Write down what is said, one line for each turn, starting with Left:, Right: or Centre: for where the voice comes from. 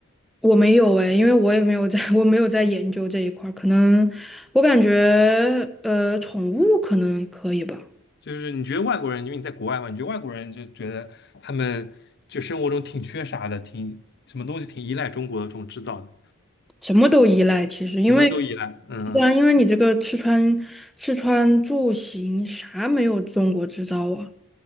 Centre: 我没有哎，因为我也没有在，<laughs> 我没有在研究这一块儿，可能我感觉呃宠物可能可以吧。
Left: 就是你觉得外国人，因为你在国外嘛，你觉得外国人就觉得他们就生活中挺缺啥的，挺什么东西挺依赖中国的这种制造的，
Centre: 什么都依赖，其实因为
Left: 什么都依赖。嗯
Centre: 对啊，因为你这个吃穿吃穿住行啥没有中国制造啊。